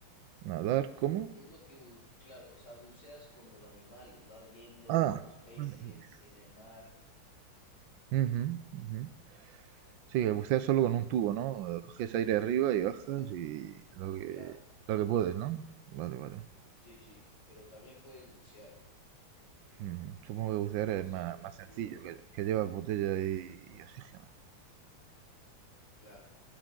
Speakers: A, on the right; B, on the left.
A: ¿Nadar? ¿Cómo?
B: Es lo que, bu- claro, o sea, buceas con los animales, vas viendo
A: Ah,
B: con los peces
A: vale. vale.
B: en el mar,
A: Ujú, ujú. Sí, el bucear solo con un tubo, ¿no? Eh, Coges aire arriba y bajas y lo que,
B: claro.
A: lo que puedes, ¿no? Vale, vale.
B: Sí, sí, pero también puedes bucear, ¿no?
A: Mm, Supongo que bucear
B: Puedes
A: es
B: hacer
A: más,
B: lo
A: más
B: que
A: sencillo,
B: quieras.
A: que, que llevas botella y, y oxígeno.
B: Claro,